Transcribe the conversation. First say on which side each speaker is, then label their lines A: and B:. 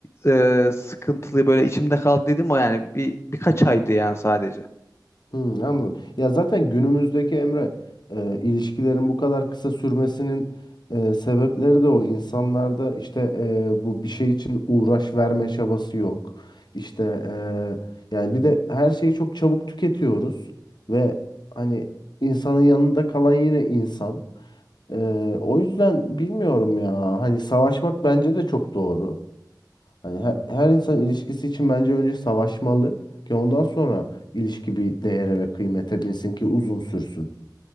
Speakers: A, on the left (about 35°); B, on the left (about 75°).
A: e, sıkıntılı böyle içimde kaldı dedim o yani bir birkaç aydı yani sadece.
B: Hmm, anladım. Ya zaten günümüzdeki Emre e, ilişkilerin bu kadar kısa sürmesinin e, sebepleri de o. İnsanlarda işte e, bu bir şey için uğraş verme çabası yok. İşte e, yani bir de her şeyi çok çabuk tüketiyoruz ve hani insanın yanında kalan yine insan. E, o yüzden bilmiyorum ya. Hani savaşmak bence de çok doğru. Hani her, her insan ilişkisi için bence önce savaşmalı ki ondan sonra ilişki bir değere ve kıymete binsin ki uzun sürsün.